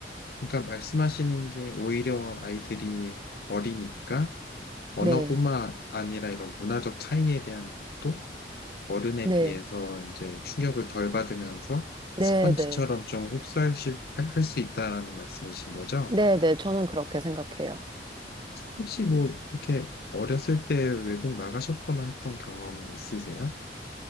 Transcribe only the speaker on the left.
그러니까 말씀하시는 게 오히려 아이들이 어리니까 언어뿐만
아니라 이런 문화적 차이에 대한 것도 어른에
비해서 이제 충격을 덜 받으면서
스펀지처럼
좀 흡수할 수, 할수 있다라는 말씀이신 거죠?
혹시 뭐 그렇게 어렸을 때 외국 나가셨거나 했던 경험은 있으세요?